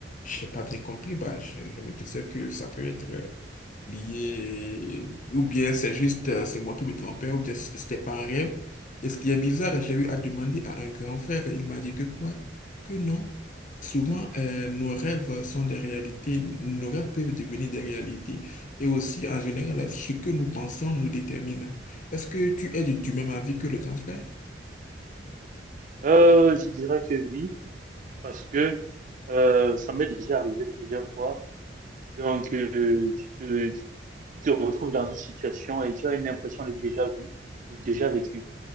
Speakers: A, on the left; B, on the right.
A: Je n'ai pas bien compris. Bah, je, je me disais que ça peut être euh, lié, euh, ou bien c'est juste, euh, c'est moi qui me trompais, ou bien c- c'était pas un rêve. Et ce qui est bizarre, j'ai eu à demander à un grand frère, il m'a dit que quoi? Que non. Souvent, euh, nos rêves sont des réalités, nos rêves peuvent devenir des réalités. Et aussi, en général, ce que nous pensons nous détermine. Est-ce que tu es du du même avis que le grand frère?
B: Euh, je dirais que oui, parce que euh, ça m'est déjà arrivé plusieurs fois. Donc, euh, tu te, tu te retrouves dans une situation et tu as une impression d'être déjà vu, d'être déjà vécu.